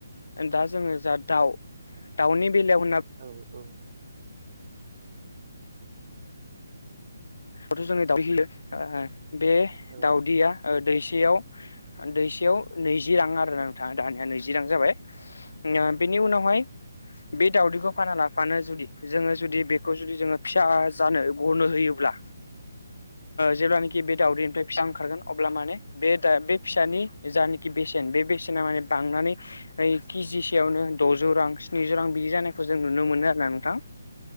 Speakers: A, on the left; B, on the right.
A: दा जोंङो जा दाउ दाउनि बेलायाव होनना
B: औव औव
A: द <inaudible> थ' जोंनि दाउदै होयो ओ बे
B: हा
A: दाउदैया ओ दैसेयाव दैसेयाव नै जि' रां आरो नोंथांङ दानिया नैैजि' रां जाबाय। बेनि उनावहाय बे दावदैखौ फाना लाफानो जुदि जोंङो जुदि बेखौ जुदि जोंङो फिसा आजाय जानो गनो होयोब्ला जेब्लानाखि बे दावदैनिफ्राय फिसा ओंखारगोन अब्ला माने बे फिसानि जानिखि बेसेन बे बेसेना माने बांनानैय ओ केजि सेयावनो द'जौ रां स्निजौ रां बिदि जानायखौ जों नुनो मोनो आरो ना नोंथां।